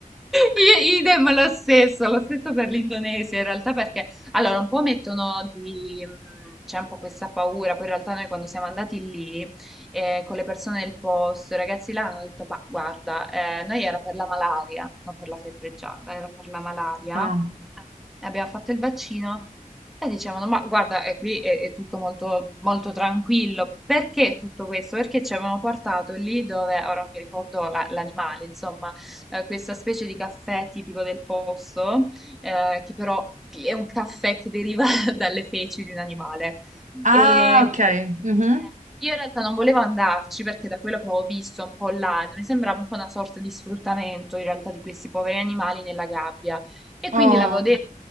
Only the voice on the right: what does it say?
Ah,
Ah,
ok.
Mhm.
Oh.